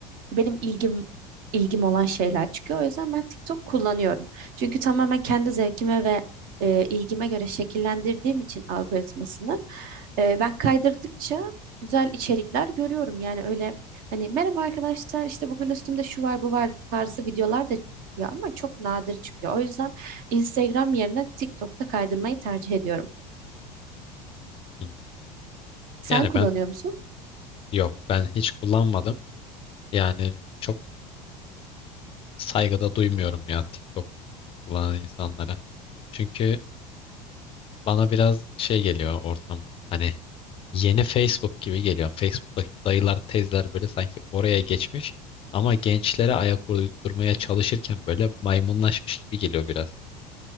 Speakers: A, on the right; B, on the left.
A: benim ilgim ilgim olan şeyler çıkıyor. O yüzden ben TikTok kullanıyorum. Çünkü tamamen kendi zevkime ve e, ilgime göre şekillendirdiğim için algoritmasını e, ben kaydırdıkça güzel içerikler görüyorum. Yani öyle Hani merhaba arkadaşlar işte bugün üstümde şu var bu var tarzı videolar da çıkıyor ama çok nadir çıkıyor. O yüzden Instagram yerine TikTok'ta kaydırmayı tercih ediyorum.
B: Hı.
A: Sen
B: Yani
A: kullanıyor
B: ben
A: musun?
B: yok ben hiç kullanmadım. Yani çok saygıda duymuyorum ya TikTok kullanan insanlara. Çünkü bana biraz şey geliyor ortamı. Hani Yeni Facebook gibi geliyor. Facebook'taki dayılar, teyzeler böyle sanki oraya geçmiş ama gençlere ayak uydurmaya çalışırken böyle maymunlaşmış gibi geliyor biraz.